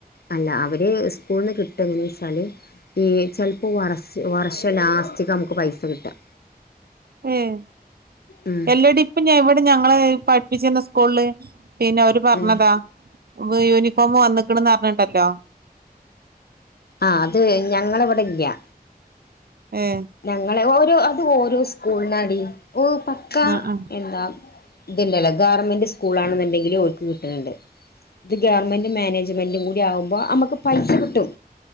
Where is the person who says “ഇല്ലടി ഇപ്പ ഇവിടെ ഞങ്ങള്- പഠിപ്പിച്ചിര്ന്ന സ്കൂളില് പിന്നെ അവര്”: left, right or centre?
Right